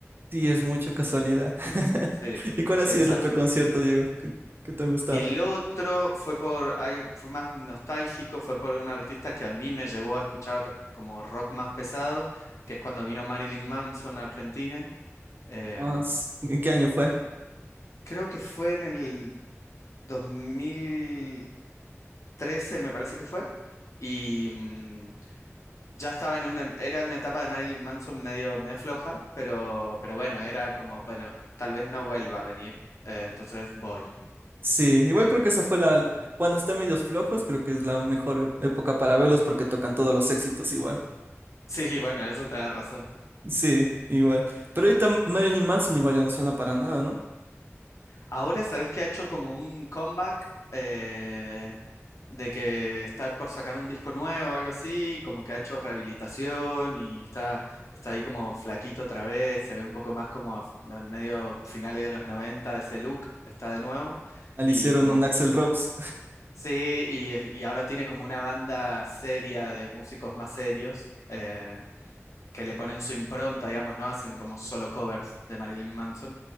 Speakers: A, on the right; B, on the left.
A: Sí, es mucha casualidad. <laughs>
B: Sí,
A: ¿Y cuál
B: sí,
A: ha sido
B: esas
A: el otro
B: cosas.
A: concierto, Diego, que, que te ha gustado?
B: Y el otro fue por algo, fue más nostálgico, fue por un artista que a mí me llevó a escuchar como rock más pesado, que es cuando vino Marilyn Manson a Argentina. Em,
A: Ah, s- ¿en qué año fue?
B: creo que fue en el dos mil trece me parece que fue, y mm, ya estaba en una, era una etapa de Marilyn Manson medio, medio floja, pero, pero bueno, era como, bueno, tal vez no vuelva a venir, eh, entonces voy. <laughs>
A: Sí, igual creo que esa fue la, cuando está medios flojos, creo que es la mejor e- época para verlos porque tocan todos los éxitos igual.
B: Sí, bueno, eso te da razón.
A: Sí, igual. Pero ahorita Marilyn Manson igual ya no suena para nada, ¿no?
B: Ahora sabes que ha hecho como un comeback eh, de que está por sacar un disco nuevo o algo así, y como que ha hecho rehabilitación y está, está ahí como flaquito otra vez, se ve un poco más como a, a medio finales de los 90 ese look está de nuevo,
A: al
B: y
A: hicieron
B: como
A: un Axl Rose,
B: sí, y, es- y ahora tiene como una banda seria de músicos más serios eh, que le ponen su impronta, digamos, no hacen como solo covers de Marilyn Manson.